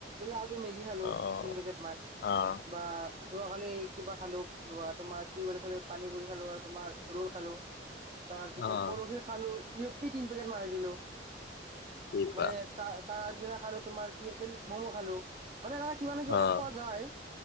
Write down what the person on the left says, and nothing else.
অ
অ',
অ',
কি কোৱা
অ',